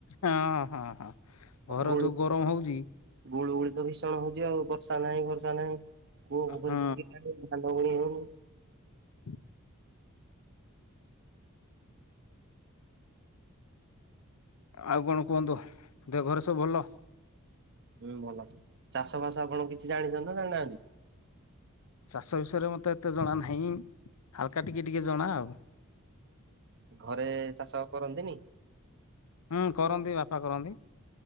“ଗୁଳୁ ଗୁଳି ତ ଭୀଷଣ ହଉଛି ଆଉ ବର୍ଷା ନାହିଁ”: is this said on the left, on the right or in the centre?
Right